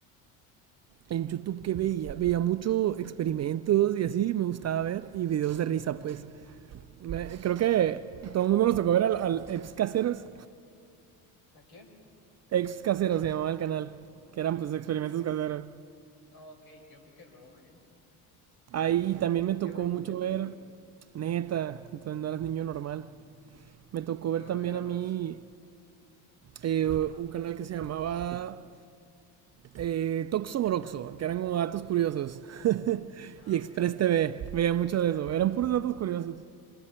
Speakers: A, on the right (about 35°); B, on the left (about 50°).
A: en YouTube que veía, veía mucho experimentos y así, me gustaba ver. Y videos de risa, pues. Me- creo que todo el mundo nos tocó ver al, al ex caseros.
B: ¿A quién?
A: Ex caseros se llamaba el canal. Que eran pues experimentos
B: Ex
A: caseros.
B: ah, ok, yo creo que no, ¿eh?
A: Ahí también me
B: Yo
A: tocó
B: no, lo-
A: mucho
B: yo no
A: ver.
B: lo veía.
A: Neta,
B: Ajá.
A: entonces no eras niño normal. Me tocó
B: No,
A: ver también
B: no, yo era
A: a
B: más.
A: mí eh,
B: Ajá.
A: un canal que se llamaba eh, Toxo Moroxo, que eran como datos curiosos. <laughs>
B: No,
A: Y Express
B: ok, ok.
A: TV,
B: ok.
A: veía mucho de eso. Eran puros datos curiosos.